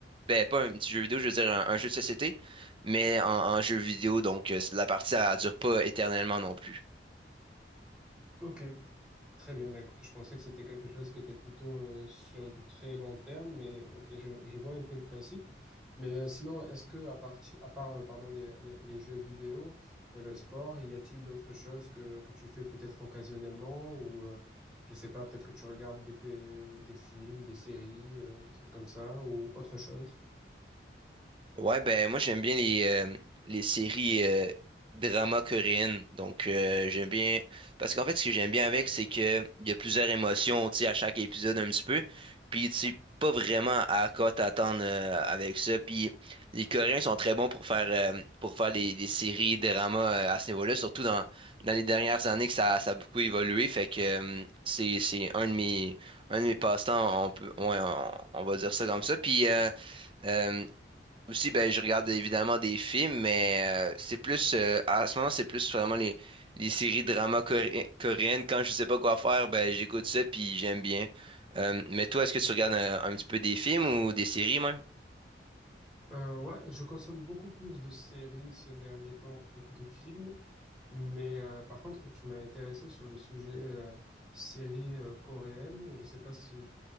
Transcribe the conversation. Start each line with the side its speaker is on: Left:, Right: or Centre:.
Right: ben, pas un petit jeu vidéo, je veux dire un, un jeu de société mais en, en jeu vidéo, donc euh, la partie, elle dure pas éternellement non plus.
Centre: Ok. Très bien, bah écoute, je pensais que c'était quelque chose qui était plutôt euh, sur du très long terme, mais ok, je, je vois un peu le principe. Mais euh, sinon, est-ce que à partir, à part, euh, pardon, les, les, les jeux vidéo et le sport, y a-t-il d'autres choses que, que tu fais peut-être occasionnellement ou euh, je sais pas, peut-être que tu regardes des, des, des films, des séries, euh, des trucs comme ça ou autre chose?
Right: Ouais, ben moi j'aime bien les, euh, les séries euh, drama coréennes. Donc euh, j'aime bien. Parce qu'en fait, ce que j'aime bien avec, c'est que il y a plusieurs émotions tu sais, à chaque épisode un petit peu. Puis tu sais pas vraiment à quoi t'attendre euh, avec ça. Puis les Coréens sont très bons pour faire euh, pour faire des, des séries drama euh, à ce niveau-là, surtout dans, dans les dernières années que ça, ça a beaucoup évolué. Fait que euh, c'est, c'est un de mes un de mes passe-temps, on peut ouais, on, on va dire ça comme ça. Puis euh, euh, aussi, ben, je regarde évidemment des films, mais euh, c'est plus, euh, à ce moment, c'est plus vraiment les, les séries drama coré- coréennes. Quand je sais pas quoi faire, ben, j'écoute ça, puis j'aime bien. Euh, mais toi, est-ce que tu regardes un, un petit peu des films ou des séries même?
Centre: Euh, ouais, je consomme beaucoup plus de séries ces derniers temps que de films, mais euh, par contre, tu m'as intéressé sur le sujet euh, séries euh, coréennes. Je sais pas si